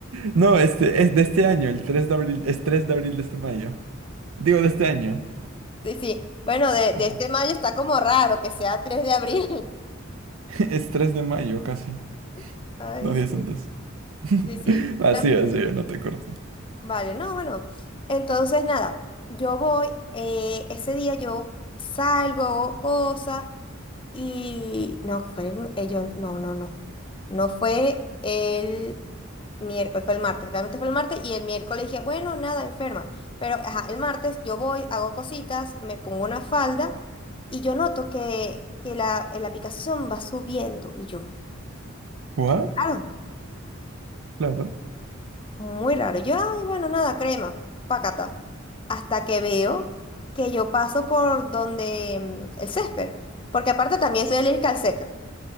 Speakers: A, on the right; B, on the left.
A: No, este es de este año, el tres de abril, es 3 de abril de este mayo. Digo, de este año.
B: Sí, sí. Bueno, de, de
A: Oh,
B: este mayo está como raro que sea 3 de abril.
A: <laughs> es 3 de mayo casi,
B: <laughs> Ay,
A: dos días
B: sí.
A: antes. <laughs>
B: Sí, sí.
A: Así,
B: la-
A: así, no te corto.
B: Vale, no, bueno. Entonces, nada, yo voy, eh, ese día yo salgo, hago cosas y no, fue el, eh, yo- no, no, no. No fue el miércoles, fue el martes, realmente fue el martes y el miércoles dije, bueno, nada, enferma. Pero, ajá, el martes yo voy, hago cositas, me pongo una falda y yo noto que, que la, la aplicación va subiendo y yo,
A: ¿What?
B: qué raro.
A: Claro.
B: Muy raro. Yo, ay, bueno, nada, crema, pácata. Hasta que veo que yo paso por donde mm, el césped. Porque aparte también soy alérgica al césped.